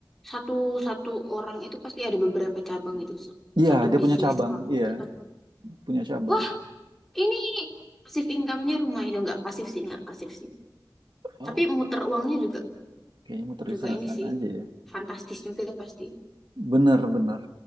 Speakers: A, in the centre; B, on the right (about 75°).
A: satu satu orang itu pasti ada beberapa cabang itu
B: Iya,
A: satu
B: dia
A: bisnis
B: punya cabang.
A: orang
B: Iya,
A: itu.
B: punya cabang.
A: Wah ini pasif income-nya lumayan dong nggak pasif sih nggak pasif sih.
B: Oh,
A: Tapi muter uangnya juga
B: kayaknya muter
A: juga
B: di sana-sana
A: ini sih
B: aja ya.
A: fantastis juga pasti.
B: Benar-benar.